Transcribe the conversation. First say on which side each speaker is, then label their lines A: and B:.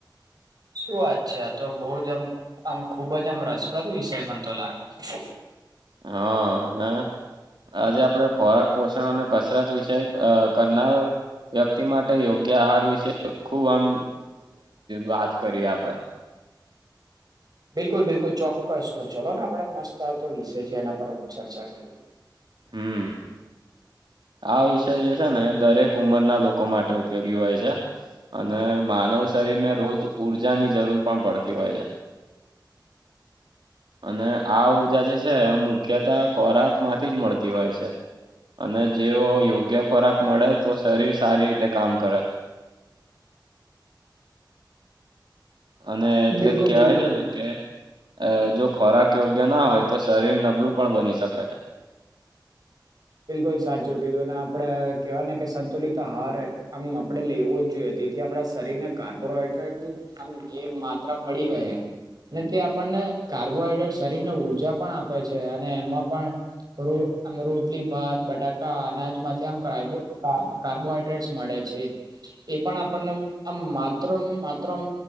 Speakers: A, on the right (about 55°); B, on the right (about 75°).
A: શું વાત છે, આ તો બહું જ આમ આમ ખુબ જ આમ રસપ્રદ વિષય મને તો લાગે છે.
B: હા અને આજે આપડે ખોરાક પોષણ અને કસરત વિષય અ કરનાર વ્યક્તિ માટે યોગ્ય આહાર વિશે ખૂબ આમ વાત કરીએ આપણેે
A: બિલકુલ બિલકુલ ચોક્કસ તો ચલો ને આપડે મસ્ત આતો વિષય છે એના પર ચર્ચા કરી.
B: હમ. આ વિષય જે છે ને એ દરેક ઉંમરના લોકો માટે ઉપયોગી હોય છે. અને માનવ શરીરને રોજ ઉઊર્જાની જરૂર પણ પડતી હોય છે. <inaudible> અને આ ઊર્જા જે છે મુખ્યત ખોરાક માંથી જ મળતી હોય છે. અને જેઓ યોગ્ય ખોરાક મળે તો શરીર સારી રીતે કામ કરે. અને એટલે
A: બિલકુલ
B: જ કેવાય
A: બિલકુલ
B: છે ને કે અ, જો ખોરાક યોગ્ય ના હોય તો શરીર નબળું પણ બની શકે છે.
A: બિલકુલ સાચું કીધું આપડે કવા ને કે સંતુલિત આહાર આમ આપડે લેવો જ જોઈએ. તેથી આપણા શરીર ને કાર્બોહાઈડ્રેટની માત્રા મળી રહે. ને તે આપણને કાર્બોહાઈડ્રેટ શરીર ને ઉર્જા પણ આપે છે અને એમાં પણ <unintelligible> રોટલી, ભાત, બટાકા, અનાજમાંથી આમ કાર્બોહાઈડ્રેટ્સ મળે છે. એ પણ આપણને આમ માત્ર નું માત્ર આમ